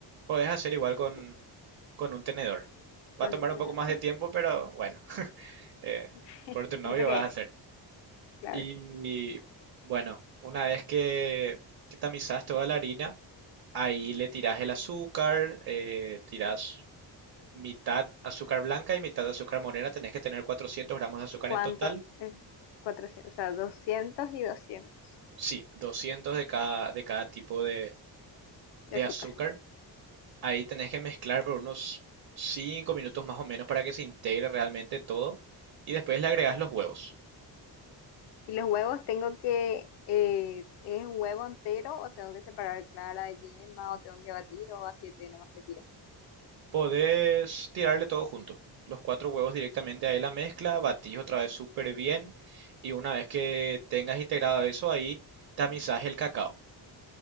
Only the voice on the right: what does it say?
Podés hacer igual con,
con un tenedor.
Va a tomar
un poco más
de tiempo, pero bueno, eh,
por tu novio
vas
a hacer.
Y bueno, una vez que, que tamizas toda la harina, ahí le tirás el azúcar, eh, tirás mitad azúcar blanca y mitad azúcar morena. Tenés que tener 400 gramos de azúcar
en total.
Sí, 200 de cada, de cada tipo de, de
azúcar. Ahí tenés que mezclar por unos 5 minutos más o menos para que se integre realmente todo. Y después le agregás los huevos.
Podés tirarle todo junto, los cuatro huevos directamente ahí a la mezcla, batís otra vez súper bien y una vez que tengas integrado eso ahí, tamizás el cacao.